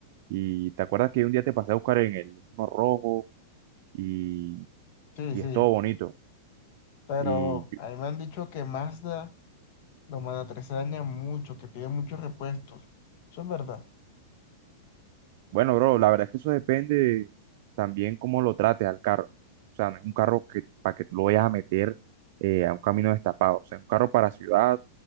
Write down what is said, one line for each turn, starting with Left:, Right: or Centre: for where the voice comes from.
Right: y te acuerdas que un día te pasé a buscar en el uno rojo y,
Left: sí,
Right: y
Left: sí.
Right: es todo bonito.
Left: Pero
Right: Y yo-
Left: a mí me han dicho que Mazda, los Mazda 3 se dañan mucho, que piden muchos repuestos. Eso es verdad.
Right: bueno, bro, la verdad es que eso depende también cómo lo trates al carro. O sea, no es un carro que para que tú lo vayas a meter eh, a un camino destapado. O sea, es un carro para ciudad